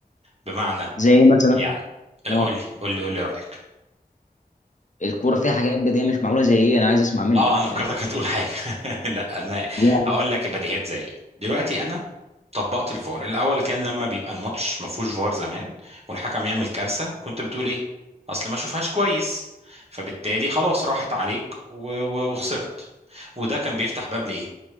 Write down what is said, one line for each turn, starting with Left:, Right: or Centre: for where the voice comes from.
Right: بمعنى
Left: زي ايه مثلا
Right: يعني آه،
Left: اه
Right: قول لي قول لي قول لي رايك
Left: الكورة فيها حاجات بديهية مش معمولة زي ايه انا عايز اسمع منك
Right: اه انا فكرتك
Left: يعني
Right: هتقول حاجه <laughs> لا انا
Left: لا،
Right: اقول لك البديهيات زي ايه دلوقتي انا طبقت الفار الاول كان لما بيبقى الماتش ما فيهوش فار زمان والحكم يعمل كارثه كنت بتقول ايه اصل ما شوفهاش كويس فبالتالي خلاص راحت عليك و... و... وخسرت وده كان بيفتح باب لايه